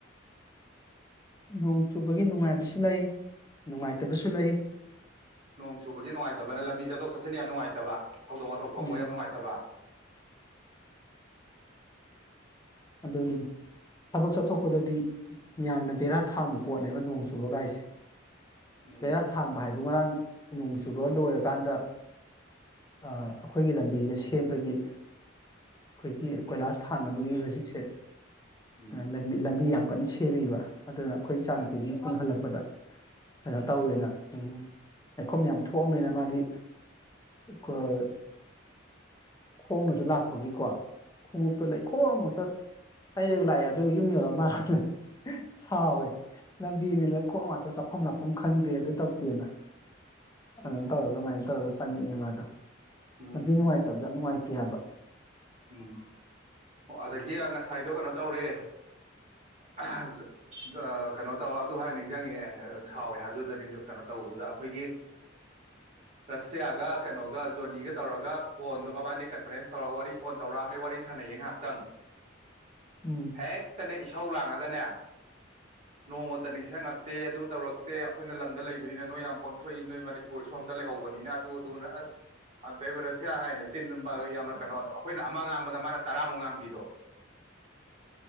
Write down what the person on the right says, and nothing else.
ꯅꯣꯡ ꯆꯨꯕꯒꯤ ꯅꯨꯡꯉꯥꯏꯇꯕꯅ ꯂꯝꯕꯤ ꯆꯠꯊꯣꯛ ꯆꯠꯁꯤꯟ ꯌꯥꯝ ꯅꯨꯡꯉꯥꯏꯇꯕ ꯊꯧꯗꯣꯛ ꯋꯥꯊꯣꯛ ꯊꯣꯛꯄ
ꯌꯥꯝ ꯅꯨꯡꯉꯥꯏꯇꯕ <inaudible>
ꯎꯝ
ꯎꯝ
ꯎꯝ
ꯎꯝ
ꯎꯝ ꯑꯣ ꯑꯗꯒꯤ ꯉꯁꯥꯏꯗꯣ ꯀꯩꯅꯣ ꯇꯧꯔꯦ ꯑꯥꯍꯥ <inaudible> ꯖꯣ ꯖꯣ ꯀꯩꯅꯣ ꯇꯧꯔꯥ ꯑꯗꯨ ꯍꯥꯏꯅ ꯅꯤꯖꯪꯉꯛꯑꯦ ꯑꯥ ꯁꯥꯎꯋꯦ ꯍꯥꯏꯕꯗꯨꯗ ꯅꯤꯡꯖꯡ ꯀꯩꯅꯣ ꯇꯧꯕꯗꯨꯗ ꯑꯩꯈꯣꯏꯒꯤ ꯔꯁꯤꯌꯥꯒ ꯀꯩꯅꯣꯒ ꯖꯣꯅꯤꯒ ꯇꯧꯔꯒ ꯐꯣꯟꯗꯣ ꯃꯕꯥꯏꯅꯤ ꯀꯟꯐ꯭ꯔꯦꯟꯁ ꯇꯧꯔꯒ ꯋꯥꯔꯤ ꯐꯣꯟ ꯇꯧꯔꯛꯑꯝꯃꯦ ꯋꯥꯔꯤ ꯁꯥꯟꯅꯩꯌꯦ ꯉꯥꯏꯍꯥꯛꯇꯪ
ꯍꯦ ꯇꯅꯦ ꯏꯁꯥꯎ ꯂꯥꯡꯉꯒꯅꯦ ꯅꯣꯡꯃꯇ ꯅꯤꯡꯁꯤꯡꯉꯛꯇꯦ ꯑꯗꯨ ꯇꯧꯔꯛ ꯇꯦ ꯑꯩꯈꯣꯏꯅ ꯂꯝꯗ ꯂꯩꯕ ꯗꯦꯜꯍꯤꯗ ꯅꯣꯏ ꯌꯥꯝ ꯄꯣꯡꯊꯣꯛꯏ ꯅꯣꯏ ꯃꯅꯤꯄꯨꯔ ꯁꯣꯝꯗ ꯂꯩꯍꯧꯕꯅꯤꯅ ꯑꯗꯨ ꯑꯗꯨꯅ ꯑꯁ ꯑꯩ ꯔꯁꯤꯌꯥ ꯍꯥꯏꯅ ꯆꯤꯟ ꯌꯥꯝꯅ ꯀꯩꯅꯣ ꯑꯩꯈꯣꯏꯅ ꯑꯃ ꯉꯥꯡꯕꯗ ꯃꯥꯅ ꯇꯔꯥꯃꯨꯛ ꯉꯥꯡꯕꯤꯗꯣ